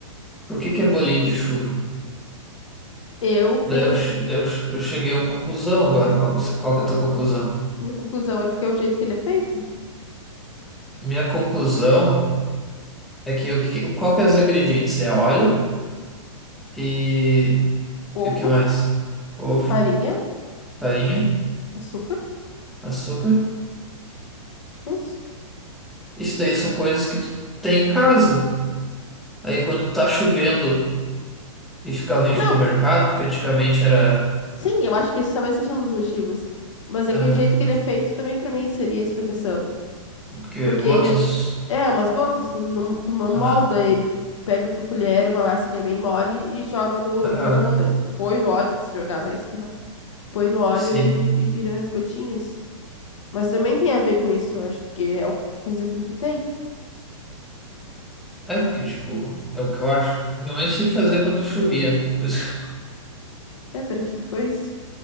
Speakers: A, in the centre; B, on the left.
A: Por que que é bolinho de chuva?
B: Eu tenho.
A: Daí eu, che- daí eu, che- eu cheguei a uma conclusão agora. Qual,
B: hum,
A: que se- qual que é a tua conclusão?
B: Minha conclusão é porque é o jeito que ele é feito:
A: Minha conclusão é que o que, que- qual que é os ingredientes? É óleo e,
B: ovo,
A: e o que mais? Ovo,
B: farinha,
A: farinha,
B: açúcar.
A: açúcar.
B: Acho que é isso.
A: Isso daí são coisas que tu tem em casa. Aí quando tá chovendo e fica ruim de
B: Não!
A: ir no mercado, porque antigamente era
B: Sim, eu acho que esse talvez seja um dos motivos. Mas
A: aham,
B: é que o jeito que ele é feito também pra mim seria a explicação.
A: porque
B: Porque
A: gotas.
B: ele é é umas gotas, tu não, tu não
A: aham,
B: molda ele, tu pega com a colher uma massa que é bem mole e joga no.
A: aham.
B: Joga não, né? Põe no óleo, porque se jogar vai espirrar. Põe no óleo
A: Sim.
B: e, e vira as gotinhas. Mas também tem a ver com isso, eu acho, porque é o fazer com que tem.
A: É porque, tipo, é o que eu acho. Minha mãe tinha que fazer quando chovia. Por isso que-
B: É, pra ti ficou isso?